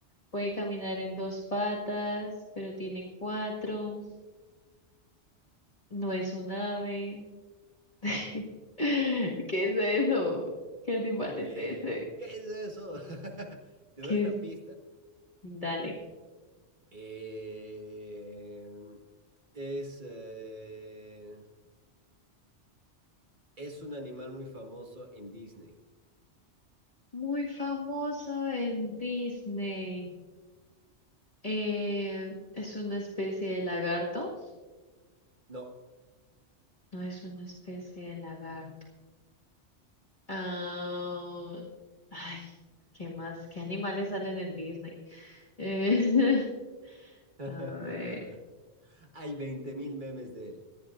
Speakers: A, on the left; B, on the right.
A: puede caminar en dos patas, pero tiene cuatro. No es un ave. <laughs> ¿Qué es eso? ¿Qué animal
B: Eh,
A: es ese?
B: ¿qué es eso? <laughs> Te
A: ¿Qué
B: doy una
A: es?
B: pista.
A: Dale.
B: Eh, es, eh, es un animal muy famoso en Disney.
A: Muy famoso en Disney. Eh, es una especie de lagarto.
B: No.
A: No es una especie de lagarto. Ah, ay, ¿qué más? ¿Qué animales salen en Disney? Eh, <laughs>
B: <laughs>
A: a ver,
B: Hay 20 mil memes de él.